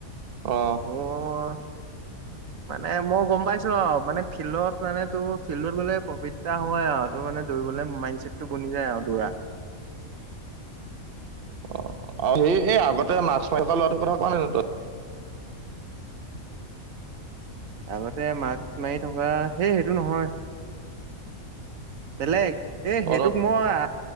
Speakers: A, on the right (about 45°); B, on the right (about 70°).
A: আহ।
B: মোৰ <inaudible> মানে মই গম পাইছো আৰু মানে ফিল্ডত মানে তোৰ ফিল্ডত গলে প্ৰফিটটা হয় আৰু তোৰ মানে দৌৰিবলে মাইনচেটটো বনি যায় আৰু দৌৰা।
A: অ 'আৰু সেই এই আগতে মাৰ্ক্স মাৰি লোৱাটো কথা কোৱা নাই নো তই?
B: আগতে মাক্স মাৰি থকা সেই সেইটো নহয়। বেলেগ, এহঁ সেইটোক
A: অত
B: মই আ